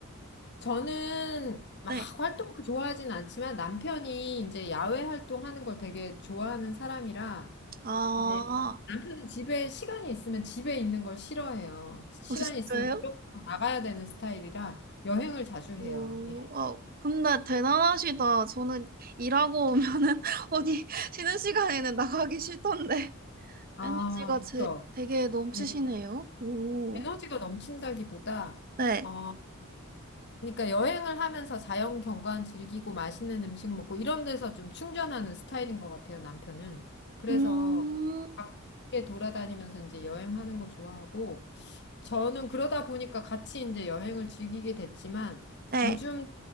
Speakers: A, on the left; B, on the right.
A: 저는 막
B: 네.
A: 활동을 좋아하진 않지만 남편이 이제 야외 활동하는 걸 되게 좋아하는 사람이라
B: 아,
A: 이제 집에 시간이 있으면 집에 있는 걸 싫어해요. 시간이
B: 어, 진짜요?
A: 있으면 무조건 나가야 되는 스타일이라 여행을 자주 해요.
B: 오,
A: 예.
B: 어, 근데 대단하시다. 저는 일하고 오면은 <laughs> 어디 쉬는 시간에는 나가기 싫던데.
A: 아,
B: 에너지가 제,
A: 그렇죠.
B: 되게 넘치시네요.
A: 예.
B: 오,
A: 에너지가 넘친다기보다
B: 네.
A: 어, 그러니까 여행을 하면서 자연 경관 즐기고 맛있는 음식 먹고 이런 데서 좀 충전하는 스타일인 것 같아요, 남편은. 그래서
B: 음,
A: 밖에 돌아다니면서 이제 여행하는 거 좋아하고 저는 그러다 보니까 같이 이제 여행을 즐기게 됐지만
B: 네.
A: 요즘